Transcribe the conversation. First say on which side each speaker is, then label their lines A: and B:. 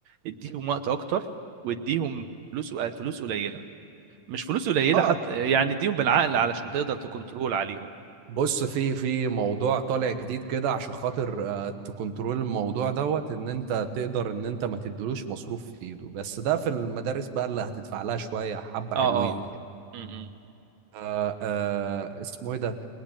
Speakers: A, on the right; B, on the right.
A: اديهم وقت أكتر واديهم فلوس فلوس قليلة مش فلوس قليلة
B: اه
A: حتى يعني اديهم بالعقل علشان تقدر تكنترول عليهم
B: بص في في موضوع طالع جديد كده عشان خاطر آه، تكنترول الموضوع دوت ان انت تقدر ان انت ما تديلوش مصروف في ايده بس ده في المدارس بقى اللي هتدفع لها شويه حبه
A: اه
B: حلوين
A: اه
B: يعني
A: م- م-
B: آه، آه، اسمه ايه ده